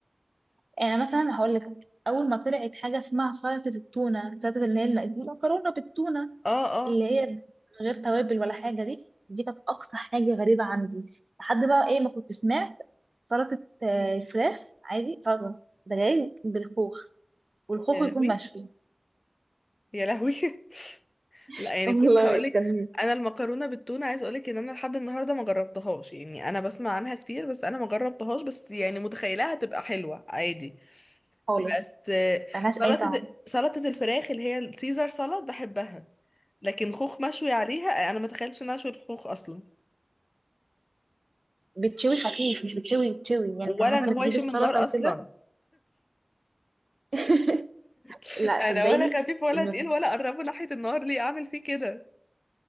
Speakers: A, on the right (about 65°); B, on the left (about 45°).
A: يعني مثلا هقول لك اول ما طلعت حاجه اسمها سلطه التونه سلطه اللي هي الم- المكرونه بالتونه
B: اه اه
A: اللي هي من غير توابل ولا حاجه دي دي كانت اقصى حاجه غريبه عندي لحد بقى ايه ما كنت سمعت سلطه آه، فراخ عادي سلطه ده جاي بالخوخ والخوخ
B: يا
A: يكون
B: لهوي
A: مشوي
B: يا لهوي <laughs> لا
A: <laughs>
B: يعني
A: والله
B: كنت هقولك
A: كان
B: انا المكرونه بالتونه عايزه اقولك ان انا لحد النهارده ما جربتهاش يعني انا بسمع عنها كتير بس انا ما جربتهاش بس يعني متخيلها هتبقى حلوه عادي
A: خالص
B: بس آه،
A: ملهاش
B: سلطة
A: اي طعم
B: سلطة الفراخ اللي هي السيزر سلطة بحبها لكن خوخ مشوي عليها انا ما تخيلش ان أنا اشوي الخوخ اصلا
A: بتشوي خفيف مش بتشوي بتشوي يعني
B: ولا
A: كان مثلا
B: ان هو
A: بتجيب
B: يشم
A: السلطه
B: النار
A: وكده
B: اصلا
A: <laughs>
B: <laughs>
A: لا
B: انا
A: صدقيني
B: ولا خفيف ولا
A: انه
B: تقيل ولا قربه ناحية النار ليه اعمل فيه كده